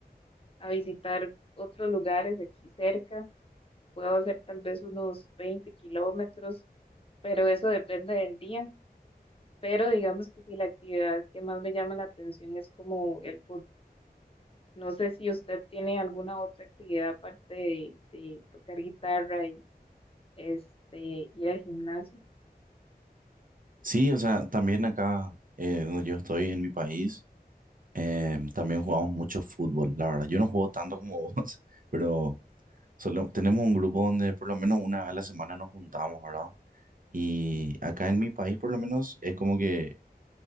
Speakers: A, on the left; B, on the right.
A: a visitar otros lugares aquí cerca. Puedo hacer tal vez unos 20 kilómetros, pero eso depende del día. Pero digamos que si la actividad que más me llama la atención es como el fútbol. No sé si usted tiene alguna otra actividad aparte de, de tocar guitarra y este, ir al gimnasio.
B: Sí, o sea, también acá eh, donde yo estoy, en mi país, em, también jugamos mucho fútbol, la verdad. Yo no juego tanto como <laughs> vos, pero solo, tenemos un grupo donde por lo menos una vez a la semana nos juntamos, ¿verdad? Y acá en mi país por lo menos es como que